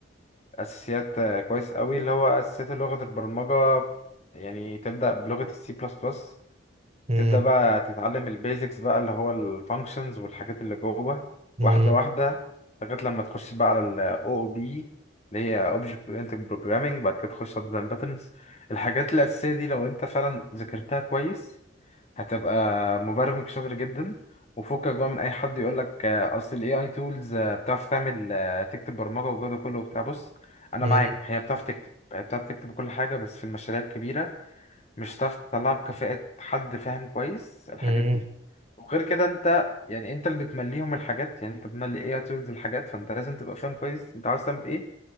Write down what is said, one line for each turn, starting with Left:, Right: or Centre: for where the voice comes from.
Left: اساسيات آه، كويس قوي اللي هو اساسيات لغه البرمجه يعني تبدا بلغه السي بلس بلس
Right: مم.
Left: تبدا بقى تتعلم البيزكس بقى اللي هو الفانكشنز والحاجات اللي جوه
Right: مم.
Left: واحده واحده لغايه لما تخش بقى على الاو او بي اللي هي اوبجكت اورينتد بروجرامنج بعد كده تخش على ديزاين باترنز الحاجات الاساسيه دي لو انت فعلا ذاكرتها كويس هتبقى مبرمج شاطر جدا وفكك بقى من اي حد يقول لك آه، اصل الاي اي تولز بتعرف تعمل آه، تكتب برمجه والجو ده كله وبتاع بص انا
Right: مم.
Left: معاك هي بتعرف تكتب هي بتعرف تكتب كل حاجه بس في المشاريع الكبيره مش هتعرف تطلعها بكفاءه حد فاهم كويس الحاجات
Right: مم.
Left: دي وغير كده انت يعني انت اللي بتمليهم الحاجات يعني انت بتملي اي اي تولز الحاجات فانت لازم تبقى فاهم كويس انت عاوز تعمل ايه